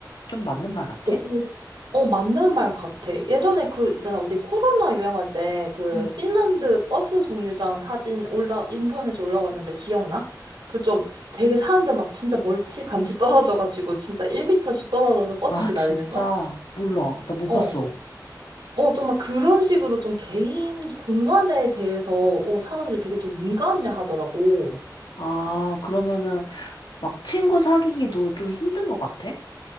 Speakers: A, on the left (about 85°); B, on the right (about 90°).
A: 좀 맞는 말 같아?
B: 어, 어. 어, 맞는 말 같아. 예전에 그, 있잖아, 우리 코로나 유행할 때 그
A: 음.
B: 핀란드 버스 정류장 사진 올라, 인터넷에 올라왔는데 기억나? 그 좀 되게 사는데 막 진짜 멀찌감치 떨어져가지고 진짜 1미터씩 떨어져서 버스
A: 아,
B: 기다리는
A: 진짜
B: 거?
A: 몰라. 나 못
B: 어.
A: 봤어.
B: 어, 좀 막 그런 식으로 좀 개인 공간에 대해서 어, 사람들이 되게 좀 민감해 하더라고.
A: 아, 그러면은 막 친구 사귀기도 좀 힘든 것 같아?